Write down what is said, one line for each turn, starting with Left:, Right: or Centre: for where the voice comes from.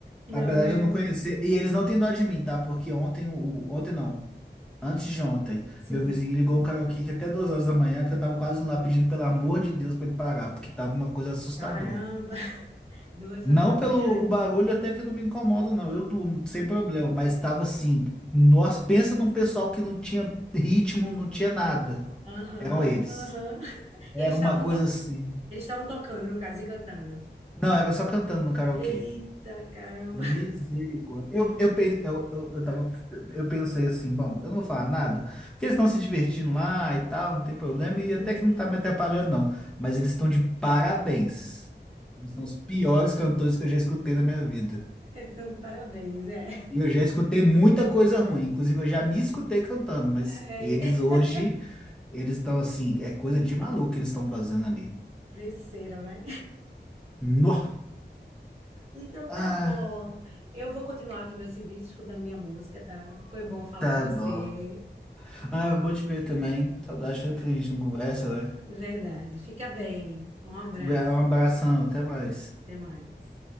Right: Não,
Centre: Apesar
Right: né?
Centre: de eu não conhecer, e eles não têm dó de mim, tá? Porque ontem, o, ontem não. Antes de ontem,
Right: Sim.
Centre: meu vizinho ligou um karaokê que até duas horas da manhã, que eu tava quase lá pedindo pelo amor de Deus pra ele parar, porque tava uma coisa assustadora.
Right: Caramba! <laughs> Duas
Centre: Não
Right: horas da
Centre: pelo
Right: manhã.
Centre: o barulho, até que não me incomoda, não. Eu durmo, sem problema, mas tava assim. Nós pensa num pessoal que não tinha ritmo, não tinha nada.
Right: Aham,
Centre: Eram eles.
Right: aham. <laughs>
Centre: Era
Right: Eles estavam
Centre: uma coisa
Right: to...
Centre: assim.
Right: eles estavam tocando, no caso, e cantando.
Centre: Não, era só cantando no karaokê.
Right: Eita, caramba.
Centre: Misericórdia. Eu, eu, pe- eu, eu, eu, tava, eu pensei assim, bom, eu não vou falar nada, porque eles estão se divertindo lá e tal, não tem problema, e
Right: Uhum.
Centre: até que não tá me atrapalhando, não. Mas eles estão de parabéns. Eles são os piores cantores que eu já escutei na minha vida.
Right: Então, parabéns, é.
Centre: E eu já escutei muita coisa ruim, inclusive eu já me escutei cantando, mas
Right: É,
Centre: eles hoje,
Right: <laughs>
Centre: eles estão assim, é coisa de maluco que eles estão fazendo ali.
Right: Venceram, né?
Centre: Nó!
Right: Então
Centre: Ah,
Right: tá bom. Eu vou continuar aqui meu serviço, escutando minha música, tá? Foi bom falar
Centre: tá
Right: com você.
Centre: bom. Ah, vou te ver também. Saudade, tanto
Right: Tá.
Centre: que a gente não conversa, né?
Right: Verdade. Fica bem. Um abraço.
Centre: Um abração, até mais.
Right: Até mais.